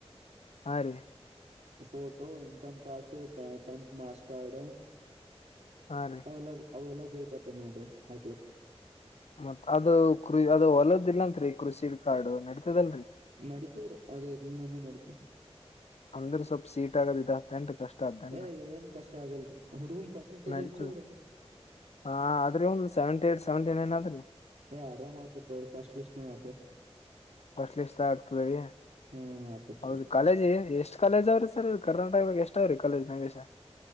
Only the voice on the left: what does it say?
ಹಾರೀ
ಹಾ ರೀ
ಮತ್ ಅದು ಕೃ ಅದು ಹೊಲದಿಲ್ಲಂರಿ ಕೃಷಿ ಕಾರ್ಡು ನಡೀತದಲ್ರರಿ
ಅಂದ್ರ ಸ್ವಲ್ಪ್ ಸೀಟ್ ಆಗದ ಇದ ತಂಟ್ ಕಷ್ಟ ಆದ್ದಂಗ
ನಡತ
ಹಾ ಆದದ್ರಿ ಒಂದ ಸೆವೆಂಟಿ ಏಟ್ ಸೆವೆಂಟಿ ನೈನ್ ಆದ್ರಿ.
ಫಸ್ಟ್ ಲಿಸ ಆಗ್ತದೆ ರೀ
ಹೌದು ಕಾಲೇಜಿ ಎಷ್ಟ ಕಾಲೇಜ್ ಅವ್ರಿ ಸರ್ ಕರ್ನಾಟಕದಾಗ ಎಷ್ಟ ಅವ್ರಿ ಕಾಲೇಜ್ ನಗೇಶ